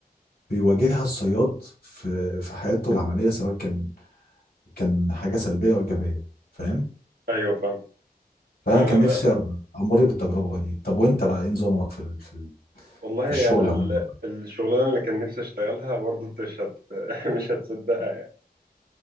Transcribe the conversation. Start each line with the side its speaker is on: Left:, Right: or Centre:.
Left: بيواجهها الصياد في في حياته العملية سواء كان كان حاجة سلبية أو إيجابية فاهم
Right: ايوه فاهم
Left: فأنا
Right: آه
Left: كان نفسي أ- أمر بالتجربة دي طب وأنت بقى إيه نظامك في ال- في ال-
Right: والله
Left: في الشغل
Right: انا يعني ال-
Left: عموما
Right: الشغلانه اللي كان نفسي اشتغلها برضه انت مش هت- <laughs> مش هتصدقها يعني.